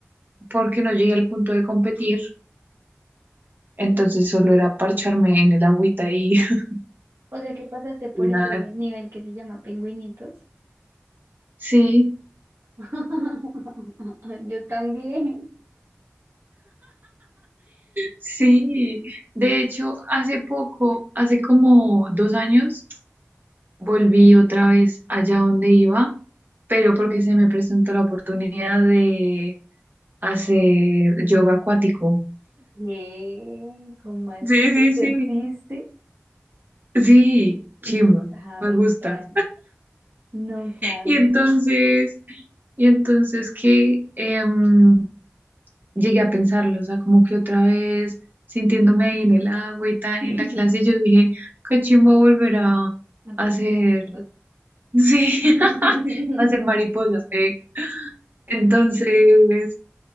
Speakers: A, on the right; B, on the right.
A: porque no llegué al punto de competir, entonces solo era parcharme en el agüita y, <laughs>
B: O sea que pasaste por
A: y nada.
B: ese nivel que se llama pingüinitos.
A: Sí.
B: <laughs> Yo también.
A: Sí, de hecho, hace poco, hace como dos años, volví otra vez allá donde iba, pero porque se me presentó la oportunidad de hacer yoga acuático.
B: ¿Qué? ¿Cómo así?
A: Sí, sí,
B: ¿Eso
A: sí.
B: existe?
A: Sí,
B: No
A: chimba,
B: sabía,
A: me gusta.
B: no sabía.
A: Y entonces, y entonces que em, llegué a pensarlo, o sea, como que otra vez sintiéndome ahí en el agua y tal,
B: <laughs>
A: y en la clase, yo dije, qué chimba volver a
B: A
A: hacer
B: pingüinitos.
A: Sí,
B: <laughs>
A: <laughs> hacer mariposa. eh. Entonces,